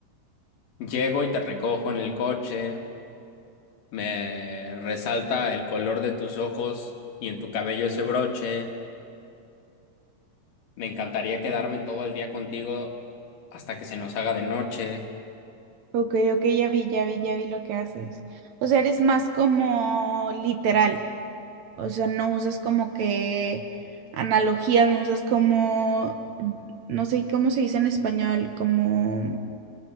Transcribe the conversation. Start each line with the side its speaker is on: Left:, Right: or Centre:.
Left: Llego y te recojo en el coche, me resalta el color de tus ojos y en tu cabello ese broche. Me encantaría quedarme todo el día contigo hasta que se nos haga de noche.
Right: Ok, ok, ya vi, ya vi, ya vi lo que haces. O sea, eres más como literal. O sea, no usas como que analogías, no usas como, no sé cómo se dice en español, como...